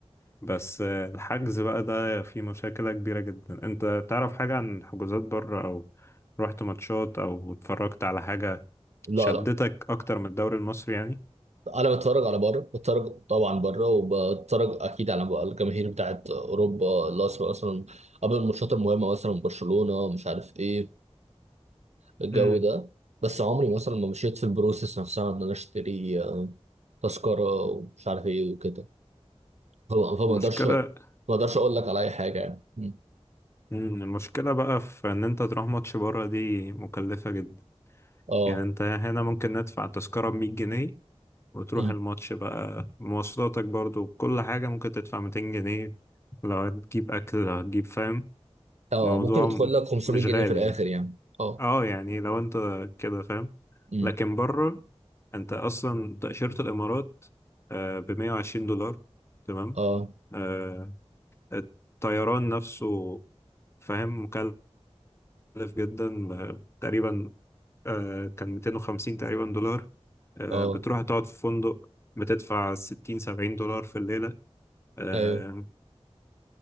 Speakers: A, on the left; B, on the right.
A: بس آه، الحجز بقى ده فيه مشاكل كبيرة جدا انت تعرف حاجة عن حجوزات بره او رحت ماتشات او اتفرجت على حاجة
B: لا
A: شدتك
B: لا
A: اكتر من الدوري المصري يعني
B: انا بتفرج على بره بتفرج طبعا بره وبتفرج اكيد على الجماهير بتاعت اوروبا اللي اصلا اصلا قبل الماتشات المهمه مثلا برشلونه مش عارف ايه الجو
A: امم
B: ده بس عمري مثلا ما مشيت في البروسيس نفسها ان انا اشتري آه، تذكره ومش عارف ايه وكده فما فما
A: المشكلة
B: اقدرش ما اقدرش اقول لك على اي حاجه يعني مم.
A: مم، المشكلة بقى في ان انت تروح ماتش بره دي مكلفة جدا
B: اه
A: يعني انت هنا ممكن ندفع تذكرة بمية جنيه وتروح
B: مم.
A: الماتش بقى مواصلاتك برضو كل حاجة ممكن تدفع ميتين جنيه لو هتجيب أكل لو هتجيب فاهم
B: اه
A: موضوع
B: ممكن يدخل
A: م-
B: لك 500
A: مش
B: جنيه
A: غالي
B: في الاخر
A: يعني
B: يعني اه
A: اه يعني لو انت كده فاهم
B: مم.
A: لكن بره انت أصلا تأشيرة الإمارات بمية وعشرين دولار تمام
B: اه
A: آه، الطيران نفسه فاهم مكلف جدا آه، تقريبا آه، كان 250 تقريبا دولار آه،
B: اه
A: بتروح تقعد في فندق بتدفع 60 70 دولار في الليلة آه،
B: ايوه